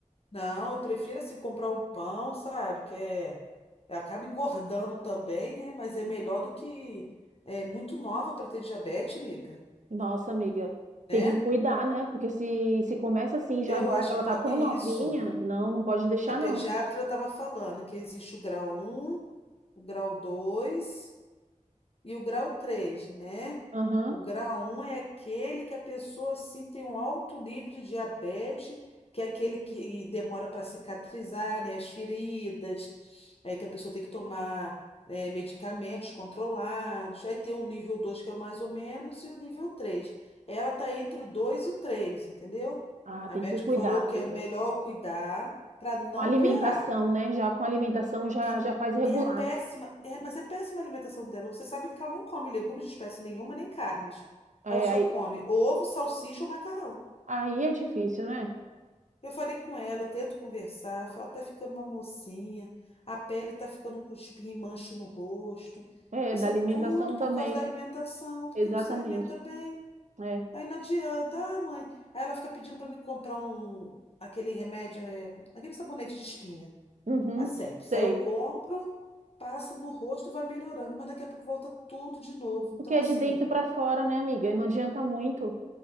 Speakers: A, on the left (about 50°); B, on the right (about 70°).
A: Não, eu prefiro assim comprar um pão, sabe? Que é. Acaba engordando também, né? Mas é melhor do que. É muito nova para ter diabetes, amiga,
B: Nossa, amiga,
A: né?
B: tem que cuidar, né? Porque se, se começa assim já
A: Eu
B: agora
A: acho
B: que ela
A: que pode.
B: tá tão
A: Isso.
B: novinha, não, não pode deixar
A: A pediatra
B: não.
A: estava falando que existe o grau um o grau dois E o grau 3, né?
B: Aham.
A: O grau um é aquele que a pessoa assim tem um alto nível de diabetes, que é aquele que demora para cicatrizar, né? As feridas, é, que a pessoa tem que tomar é, medicamentos controlados. Aí tem o nível dois que é o mais ou menos, e o nível 3. Ela está entre o 2 e o 3, entendeu?
B: Ah,
A: A
B: tem
A: médica
B: que cuidar,
A: falou
B: amiga.
A: que é melhor eu cuidar para não
B: Com alimentação,
A: piorar.
B: né? Já com alimentação já,
A: E,
B: já faz regular.
A: e é péssima, é, mas é péssima a alimentação dela. Você sabe que ela não come legumes de espécie nenhuma, nem carnes.
B: É,
A: Ela só
B: aí,
A: come ovo, salsicha ou macarrão.
B: aí é difícil, né?
A: Eu falei com ela, eu tento conversar, falo, tá ficando uma mocinha, a pele tá ficando com espinha e mancha no rosto.
B: É,
A: Isso
B: da alimentação
A: é tudo por
B: também.
A: causa da alimentação, porque
B: Exatamente.
A: não se alimenta bem.
B: É.
A: Aí não adianta, ai, mãe. Aí ela fica pedindo para me comprar um aquele remédio, é, aquele sabonete de espinha.
B: Uhum.
A: a sepse.
B: Sei.
A: Aí eu compro, passa no rosto, vai melhorando, mas daqui a pouco volta tudo de novo.
B: Porque
A: Então,
B: é
A: assim,
B: de dentro para fora, né, amiga? E não adianta muito.